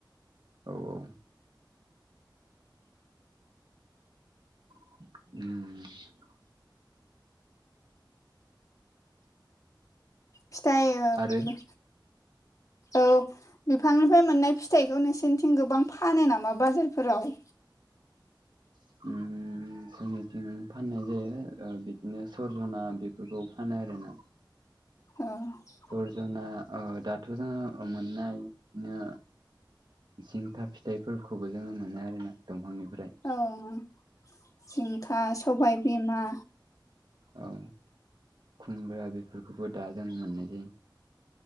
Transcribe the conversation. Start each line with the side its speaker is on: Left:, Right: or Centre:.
Right: औ औ उ
Left: फिथाइ
Right: आरो
Left: औ बिफांनिफ्राय मोननाय फिथाइखौ नोंसोरनिथिं गोबां फानो नामा बाजारफोराव
Right: <inaudible> जनिथिं फाननाय जायो बिदिनो सरजना बेफोरखौ फानो आरोना
Left: <inaudible>
Right: दर्जना दाथ' जोङो मोननाय बिनो जिंथा फिथाइफोरखौबो जोङो मोनो आरोना दंफांनिफ्राय
Left: औ जिंखा सबाय बिमा
Right: औ खुमब्रा बेफोरखौबो दाजों मोननायसायो